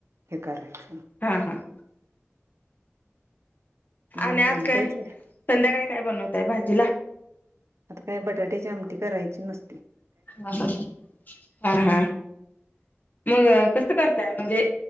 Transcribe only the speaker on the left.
हा हा. आणि
आज काय?
संध्याकाळी काय बनवताय भाजीला?
ह ह हा हा. - मग कस करताय? म्हणजे,